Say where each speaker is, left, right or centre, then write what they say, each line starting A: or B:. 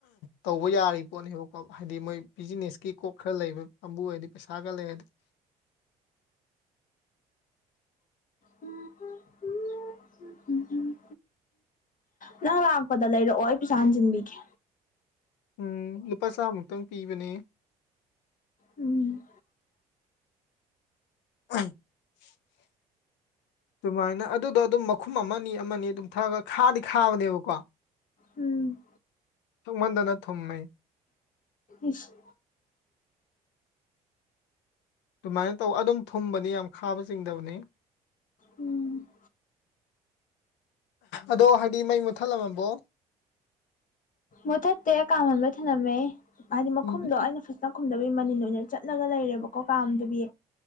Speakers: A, on the left; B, on the left.
A: ꯇꯧꯕ ꯌꯥꯔꯤ ꯄꯣꯠꯅꯤꯕꯀꯣ ꯍꯥꯏꯗꯤ ꯃꯣꯏ ꯕꯤꯖꯤꯅꯦꯁꯀꯤ ꯀꯣꯛ ꯈꯔ ꯂꯩꯕ ꯀꯥꯡꯕꯨ ꯑꯣꯏꯔꯗꯤ ꯄꯩꯁꯥꯒ ꯂꯩꯔꯗꯤ <inaudible> <inaudible>
B: ꯎꯝ ꯎꯝ ꯅꯪ ꯂꯥꯛꯄꯗ ꯂꯩꯔꯛꯑꯣ ꯑꯩ ꯄꯩꯁꯥ ꯍꯟꯖꯟꯕꯤꯒꯦ
A: ꯎꯝ ꯂꯨꯄꯥ ꯆꯥꯝꯃꯨꯛꯇꯪ ꯄꯤꯕꯅꯦ
B: ꯎꯝ
A: <unintelligible> ꯑꯗꯨꯃꯥꯏꯅ ꯑꯗꯨꯗꯣ ꯑꯗꯨꯝ ꯃꯈꯨꯝ ꯑꯃꯅꯤ ꯑꯃꯅꯤ ꯑꯗꯨꯝ ꯊꯛꯑꯒ ꯈꯥꯗꯤ ꯈꯥꯕꯅꯦꯕꯀꯣ
B: ꯎꯝ
A: ꯊꯧꯃꯟꯗꯅ ꯊꯨꯝꯃꯦ
B: ꯏꯁ
A: ꯑꯗꯨꯃꯥꯏꯅ ꯇꯧ ꯑꯗꯨꯝ ꯊꯨꯝꯕꯅꯦ ꯌꯥꯝ ꯈꯥꯕ ꯆꯤꯡꯗꯕꯅꯤ
B: ꯎꯝ
A: ꯑꯗꯣ ꯍꯥꯏꯗꯤ ꯃꯩ ꯃꯨꯊꯠꯂꯝꯃꯕꯣ
B: ꯃꯨꯊꯠꯇꯦ ꯀꯥꯝꯍꯟꯂ ꯊꯅꯝꯃꯦ ꯍꯥꯏꯗꯤ ꯃꯈꯨꯝꯗꯣ
A: ꯎꯝ
B: ꯑꯩꯅ ꯐ ꯖꯅ ꯈꯨꯝꯗꯕꯩ ꯃꯅꯤꯟ ꯑꯣꯏꯅ ꯆꯠꯂꯒ ꯂꯩꯔꯦꯕꯀꯣ ꯀꯥꯝꯗꯕꯤ